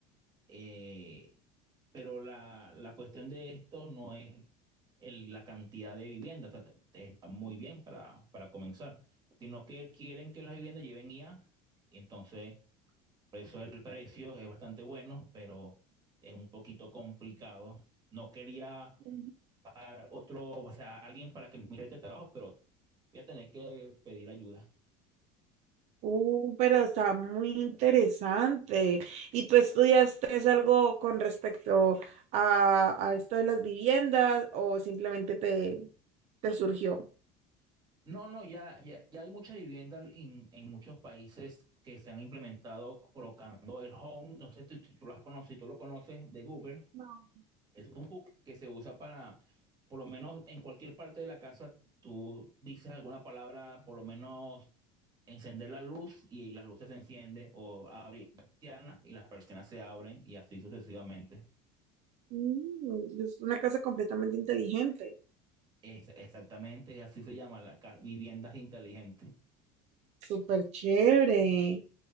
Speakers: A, on the right; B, on the right.
A: Eh, pero la, la cuestión de esto no es el- la cantidad de viviendas, o está muy bien para, para comenzar, sino que quieren que las viviendas lleven IA, y entonces por eso el precio es bastante bueno, pero es un poquito complicado. No quería
B: Mm.
A: otro, o sea, alguien para que me mire este trabajo, pero voy a tener que pedir ayuda.
B: Uh, pero está muy interesante. ¿Y tú estudiaste es algo con respecto a, a esto de las viviendas o simplemente te, te surgió?
A: No, no, ya, ya, ya hay mucha vivienda en, en muchos países que se han implementado colocando el Home, no sé si tú, tú lo has conocido, si tú lo conoces, de Google.
B: No.
A: Es un hook que se usa para, por lo menos en cualquier parte de la casa, tú dices alguna palabra, por lo menos encender la luz y las luces se encienden, o abrir la persiana y las persianas se abren y así sucesivamente.
B: Mm, es una casa completamente inteligente.
A: Es, exactamente, así se llama, la, ca- viviendas inteligentes.
B: Súper chévere.